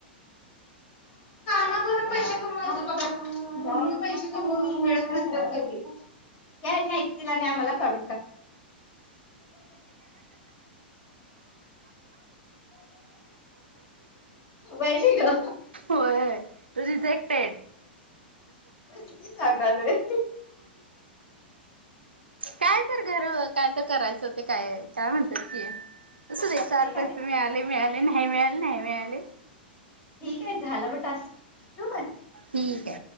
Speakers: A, on the left (about 35°); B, on the right (about 80°).
A: कसल्या पैसे कमयचे हे बघा म्हणून पैसे कमवून मिळत नसतात ते हे त्या ह्या ऐकतील आणि आम्हाला काढून टाक वैरी ग
B: होय रिजेक्टेड
A: किती सांगगाल रे
B: काय तर घर काय ते करायच ते काय काय म्हणतात ते तसंये सारखं
A: ते करायचं.
B: तुम्ही आले मिळाले नाही मिळाले नाही मिळाले
A: ठीक आहे झालं ब टास्क ठेऊकाय
B: ठीके